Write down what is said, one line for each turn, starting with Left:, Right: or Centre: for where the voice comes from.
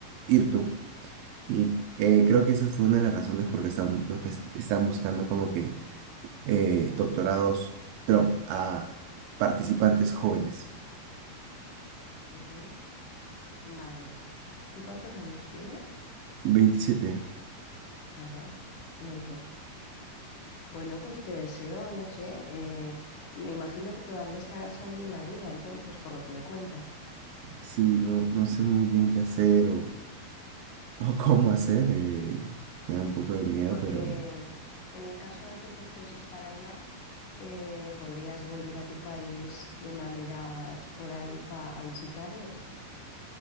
Right: ir tú. Y eh, creo que esa fue una de las razones por qué están, lo que es- están buscando como que eh, doctorados Trump a participantes jóvenes.
Left: ujú, Vale. ¿Tú cuántos años tienes?
Right: veintisiete
Left: Ajá, muy bien. Bueno, pues te deseo, no sé, eh, me imagino que todavía estarás ahí en la duda, entonces, por lo que me cuentas.
Right: Sí, no, no sé muy bien qué hacer o, o cómo hacer. eh, me da un poco de miedo,
Left: porque
Right: pero
Left: en el caso de que te fueses para allá, eh, podrías volver a tu país de manera esporádica a visitarles.